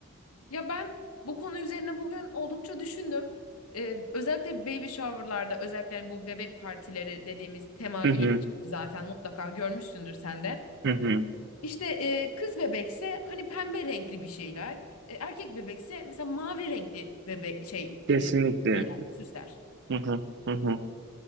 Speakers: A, on the left; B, on the right.
A: Ya ben bu konu üzerine bugün oldukça düşündüm. Ee, özellikle baby shower'larda özellikle yani bu bebek partileri dediğimiz tema
B: Hı
A: yeni
B: hı,
A: çıktı zaten mutlaka görmüşsündür sen de.
B: hı hı.
A: İşte e, kız bebekse hani pembe renkli bir şeyler. E, erkek bebekse mesela mavi renkli bebek şey
B: Kesinlikle.
A: e, şeyler, süsler.
B: Hı hı, hı hı.